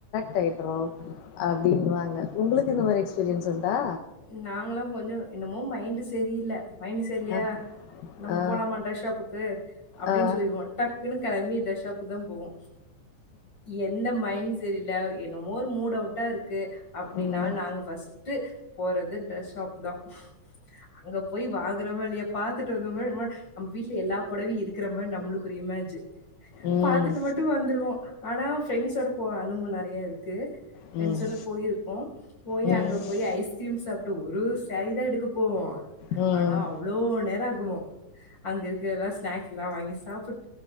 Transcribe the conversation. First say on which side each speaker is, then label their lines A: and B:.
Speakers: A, on the left (about 85°); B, on the left (about 35°).
A: டய்டுறோ அப்டின்னுவாங்க உங்களுக்கு இந்த மாரி எக்ஸ்பீரியன்ஸ் உண்டா
B: நாங்கலாம் கொஞ்சம் என்னமோ மைண்ட் சரி சரியில்ல மைண்டு சர்யில்லயா
A: அ
B: நம்ம
A: ஆ
B: போலாமா ட்ரெஸ் ஷாப்புக்கு அப்டின்னு
A: ஆ
B: சொல்லிருவோ டக்குன்னு கிளம்பி டிரஸ் ஷாப்குதா போவோ எந்த மைண்ட் சரியில என்னமோரு மூட் அவுட் ட்டா இருக்கு அப்டின்னா
A: ம்
B: நாங்க பஸ்ட்டு போறது டிரெஸ் ஷாப்தா அங்க போய் வாங்றமே இல்லயோ பாத்துட்டு வந்தமா யேம்மா நம்ம வீட்டு்ல எல்லா புடவையு இருக்கிற மாரி நம் ஒரு இமேஜ்
A: ம்
B: பாத்துட்டு மட்டு வந்துருவோ ஆனா ஃப்ரெண்ட்ஸோட போன அனுபொ நறையா இருக்கு ஃப்ரண்ஸோட
A: ம்
B: போயிருக்கோ போயி
A: ம்
B: அங்க போயி ஐஸ்க்ரீம் சாப் ஒரே ஒரு சாரீ தா எடுக்க போவோ
A: ம்
B: ஆனா அவ்ளோ நேரொ ஆகுவோ அங்க இருக்குற எல்லா ஸ்நாக்ஸ்லா வாங்கி சாப்புட்